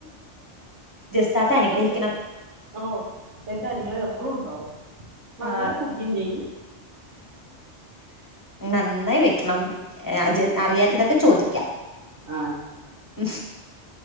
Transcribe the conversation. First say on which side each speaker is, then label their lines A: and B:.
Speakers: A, on the left; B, on the right.
A: ജസിത്താത്ത
B: എത്രയായി
A: അനുഗ്രഹിക്കണം
B: ഓ എന്റെ അനുഗ്രഹം എപ്പഴും ഉണ്ടാവും നല്ല
A: ആ
B: കുക്കിങ് ചെയ
A: നന്നായി വെക്കണം അത് അറിയാത്തതൊക്കെ ചോദിക്ക
B: ആഹ്
A: ഉ്